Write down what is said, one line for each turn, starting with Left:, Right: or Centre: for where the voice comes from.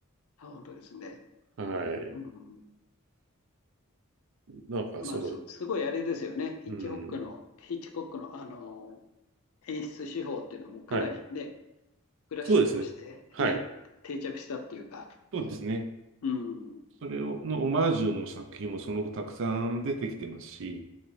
Left: あ、本当ですね。
Right: はい。
Left: うん
Right: なんかその、
Left: まあ、す、すごいあれですよね。ヒッチホックの、
Right: うん。
Left: ヒッチコックの、あの、演出手法っていうのもかなりね、
Right: はい。
Left: クラシックとしてね、
Right: そうですね。はい。
Left: 定着したっていうか、
Right: そうですね。
Left: うん、
Right: それを、のオマージュの作品もその後たくさん出てきてますし、